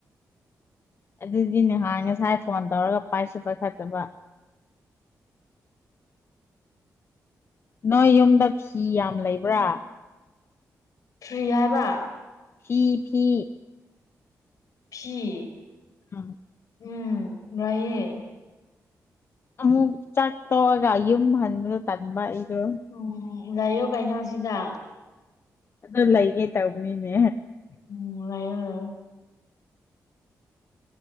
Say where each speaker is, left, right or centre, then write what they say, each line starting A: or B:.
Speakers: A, on the left; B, on the left.
A: ꯑꯗꯨꯗꯤ ꯅꯍꯥꯟ ꯉꯁꯥꯏ ꯐꯣꯟ ꯇꯧꯔꯒ ꯄꯥꯏꯁꯨ ꯄꯥꯏ ꯈꯠꯇꯕ ꯅꯣꯏ ꯌꯨꯝꯗ ꯐꯤ ꯌꯥꯝ ꯂꯩꯕ꯭ꯔꯥ
B: ꯎ ꯐ꯭ꯔꯤ ꯍꯥꯏꯕ
A: ꯐꯤ ꯐꯤ
B: ꯐꯤ
A: ꯎꯝ
B: ꯎꯝ ꯔꯩꯌꯦ
A: ꯑꯃꯨꯛ ꯆꯥꯛ ꯇꯣꯛꯑꯒ ꯌꯨꯝ ꯍꯟꯕꯗꯣ ꯇꯟꯕ ꯑꯩꯗꯣ
B: ꯎꯝ ꯂꯥꯏꯌꯣ ꯀꯩꯅꯣ ꯁꯤꯗ
A: ꯑꯗꯨꯣ ꯂꯩꯒꯦ ꯇꯧꯕꯅꯤꯅꯦ
B: ꯎꯝ ꯂꯩꯑꫭ ꯂꯩꯑꯣ